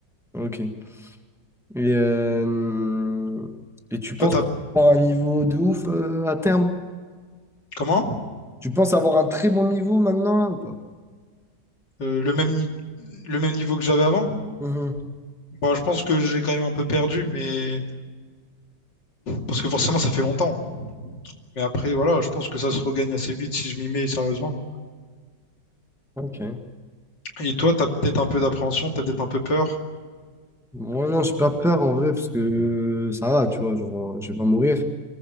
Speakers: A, in the centre; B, on the left.
A: Ok. Et, euh, et tu penses
B: Toi, t'as,
A: avoir un niveau de ouf euh, à terme?
B: comment?
A: Tu penses avoir un très bon niveau maintenant là ou pas?
B: Euh, le même, ni- le même niveau que j'avais avant?
A: Mhm.
B: Bon, je pense que j'ai quand même un peu perdu, mais parce que forcément ça fait longtemps. Mais après, voilà, je pense que ça se regagne assez vite si je m'y mets sérieusement.
A: Ok.
B: Et toi, t'as peut-être un peu d'appréhension, t'as peut-être un peu peur.
A: Moi non, j'ai pas peur en vrai parce que ça va, tu vois, genre je vais pas mourir.